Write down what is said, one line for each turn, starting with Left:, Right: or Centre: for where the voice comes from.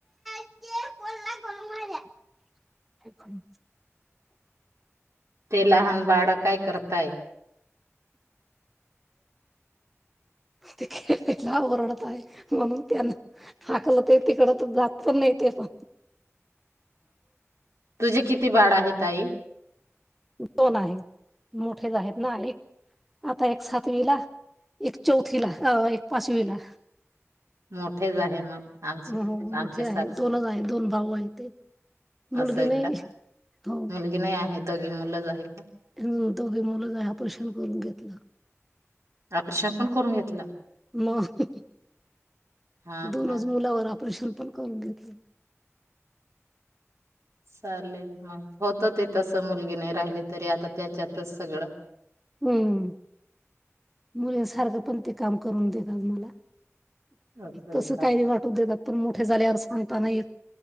Centre: <unintelligible>
Right: ते लहान बाळं काय करताय?
Centre: ते खेळाला ओरडत आहे म्हणून त्यांना हाकलंते तिकडं तर जात पण नाही ते पा
Right: तुझी किती बाळं आहे ताई?
Centre: दोन आहेत मोठेच आहेत ना एक आता एक सातवीला एक चौथी ला अ एक पाचवीला
Right: मोठेच आहे मग आमचे
Centre: हो हो मोठे
Right: आमच्या सारखे
Centre: आहे दोनच आहे दोन भाऊ आहे ते मुलगी
Right: असं आहे
Centre: नाही
Right: का
Centre: हो.
Right: मुलगी नाही आहे दोघ मुलंच आहेत का
Centre: हम्म दोघे मुलंच आहेत ऑपरेशन करून घेतलं
Right: ऑपरेशन पण करून घेतलं
Centre: मग
Right: हा
Centre: दोनच
Right: का?
Centre: मुलावर ऑपरेशन पण करून घेतल
Right: चालेल मग होत तेे तसं मुलगी नाही राहिली तरी आता त्याच्यातच सगळं
Centre: हम्म मुली सारखं पण ते काम करून देतात मला
Right: असं आहे
Centre: तस
Right: का?
Centre: काही वाटु देतात पण मोठे झाले यार सांगता नाही येत